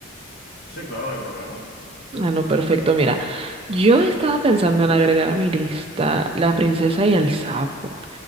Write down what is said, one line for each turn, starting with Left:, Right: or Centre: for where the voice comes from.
Left: Sí, claro, no hay problema.
Right: Ah, no, perfecto. Mira, yo estaba pensando en agregar a mi lista La princesa y el sapo